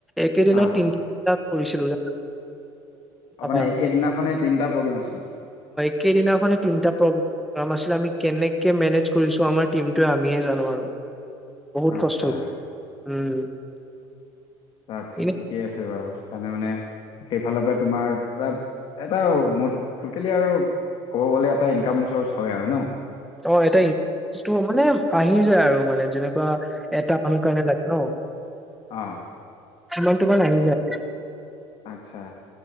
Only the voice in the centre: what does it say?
একেদিনত
তিনিটা কৰিছিলোঁ জানা। ভাবা
সেইদিনাখনে তিনিটা প্ৰগ্ৰেম আছিলে আমি কেনেকে মেনেজ কৰিছোঁ আমাৰ টিমটোৱে আমিয়ে জানোঁ আৰু। বহুত
কষ্ট উম।
এনে
অ এটা ইন ষ্টু মানে আহি যায় আৰু মানে যেনেকুৱা এটা আমি কাৰণে লাগে নহঁ
ইমান তোমান আহি যায়